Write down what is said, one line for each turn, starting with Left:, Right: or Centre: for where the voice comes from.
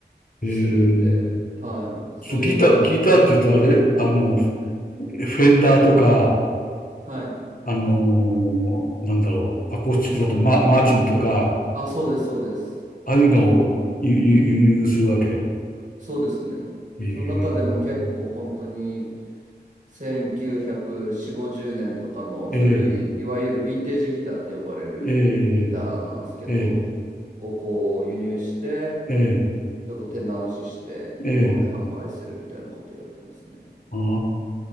Left: ええ
Right: するんで、はい。そういう場面では、
Left: そう、ギター、ギターって言うとあれ、あの、フフェンダーとか、
Right: はい。
Left: あのーなんだろう、アコースティックだとマ、
Right: ギブソンとか、
Left: マーチンとか、
Right: あ、そうです、そうです。
Left: ああいうのを輸輸輸入するわけ。
Right: そうですね。
Left: ええ、
Right: その中でも結構本当に1940、50年とかの古い、
Left: ええ、
Right: いわゆるヴィンテージギターって呼ばれるギターなんですけど、
Left: ええ、ええ、
Right: をこう輸入して、
Left: ええ、
Right: ちょっと手直しして日本で販売するみたいなことやってますね。
Left: ええ、ああ。